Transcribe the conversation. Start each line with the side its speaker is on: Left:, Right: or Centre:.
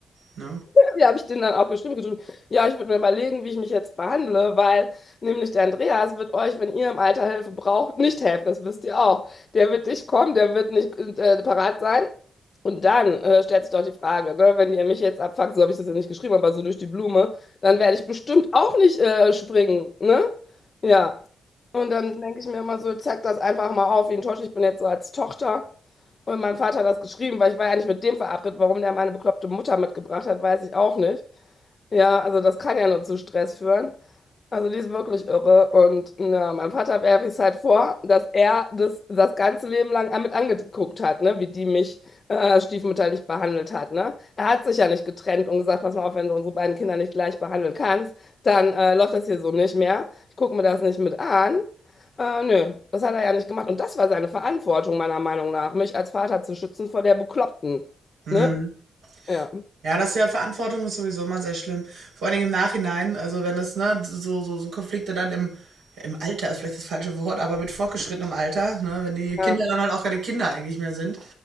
Right: ne.
Left: Ja, habe ich denen dann auch geschrieben, geschrieben, ja, ich würde mir überlegen, wie ich mich jetzt behandle, weil nämlich der Andreas wird euch, wenn ihr im Alter Hilfe braucht, nicht helfen, das wisst ihr auch. Der wird nicht kommen, der wird nicht äh, parat sein. Und dann äh, stellt sich doch die Frage, ne, wenn ihr mich jetzt abfuckt, so habe ich das ja nicht geschrieben, aber so durch die Blume, dann werde ich bestimmt auch nicht äh, springen, ne? Ja. Und dann denke ich mir immer so, zeig das einfach mal auf, wie enttäuscht ich bin jetzt so als Tochter. Und mein Vater hat das geschrieben, weil ich war ja nicht mit dem verabredet. Warum der meine bekloppte Mutter mitgebracht hat, weiß ich auch nicht. Ja, also das kann ja nur zu Stress führen. Also die ist wirklich irre. Und ja, meinem Vater werfe ich es halt vor, dass er das, das ganze Leben lang an- mit angeguckt hat, ne? Wie die mich äh, stiefmütterlich behandelt hat, ne? Er hat sich ja nicht getrennt und gesagt, pass mal auf, wenn du unsere beiden Kinder nicht gleich behandeln kannst, dann äh, läuft das hier so nicht mehr. Ich gucke mir das nicht mit an. Äh, nö, das hat er ja nicht gemacht. Und das war seine Verantwortung, meiner Meinung nach, mich als Vater zu schützen vor der Bekloppten.
Right: Hm.
Left: Ne? Ja.
Right: Ja, das ist ja Verantwortung ist sowieso immer sehr schlimm. Vor allen Dingen im Nachhinein, also wenn das, ne, so, so, so Konflikte dann im, ja, im Alter ist vielleicht das falsche Wort, aber mit fortgeschrittenem Alter, ne, wenn die
Left: Ja,
Right: Kinder dann halt auch keine Kinder eigentlich mehr sind,